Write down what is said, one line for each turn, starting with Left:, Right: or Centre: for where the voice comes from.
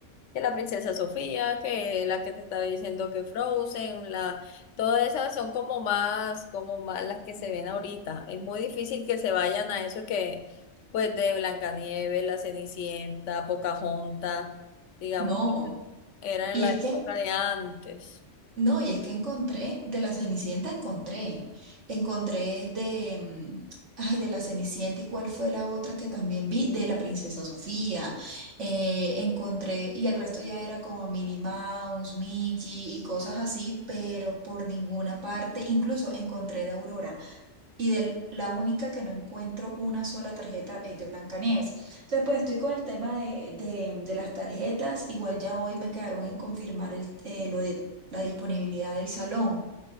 Left: que la princesa Sofía, que la que te estaba diciendo que Frozen, la, todas esas son como más, como más las que se ven ahorita, es muy difícil que se vayan a eso que, pues de Blancanieves, la Cenicienta, Pocahontas, digamos
Right: No.
Left: que eran
Right: Y
Left: en la
Right: es
Left: época
Right: que
Left: de antes.
Right: No, y es que encontré, de la Cenicienta encontré, encontré de, mm, ay, de la Cenicienta y cuál fue la otra que también vi, de la Princesa Sofía, eh, encontré, y el resto ya era como Minnie Mouse, Mickey y cosas así, pero por ninguna parte, incluso encontré de Aurora. Y de la única que no encuentro una sola tarjeta es de Blancanieves. Entonces, pues estoy con el tema de, de- de las tarjetas. Igual ya hoy me quedaron en confirmar el, eh, lo de la disponibilidad del salón,